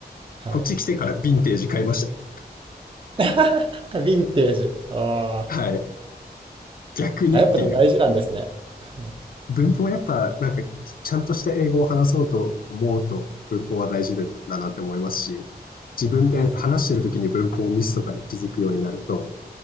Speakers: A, on the right; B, on the left.
A: はい。
B: こっち来てからヴィンテージ買いましたよ。
A: <laughs> ヴィンテージ。あー
B: はい。逆にっていう。
A: あ、やっぱでも大事なんですね。はい。
B: 文法はやっぱなんかちゃんとした英語を話そうと思うと文法は大事だなって思いますし、自分で話してる時に文法をミスとかに気づくようになると、
A: はい。